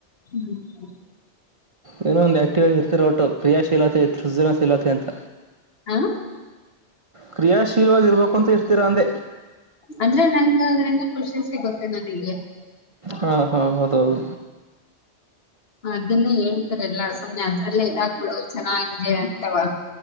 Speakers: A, on the left; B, on the right.
A: ಹ್ಮ
B: ಇಏನು ಹ ಇರ್ತಿೋ ಒಟ್ಟು ಕ್ರಿಯಾಶೀಲತೆ ಸೃಜನಶೀಲತೆ ಅಂತ
A: ಹಾ
B: ಕ್ರಿಯಾಶೀಲವಾಗಿರ್ಬೇಕು ಅಂತ ಇರ್ತೀರಾ ಅಂದೆ
A: ಅಂದ್ರೆ ನಂಗೆ ಅದ್ರಿಂದ ಖುಷಿ ಸಿಗುತ್ತೆ ನನಗೆ ಹ
B: ಹಾಂ ಹಾಂ ಹೌದು ಹೌದು
A: ಅದನ್ನೇ ಹೇಳ್ತಾರೆ ಎಲ್ಲಾ ಸಮನೆ ಆದ ಅಲ್ಲೇ ಆಗ್ಬ ಚೆನ್ನಾಗಿದೆ ಅಂತವಾ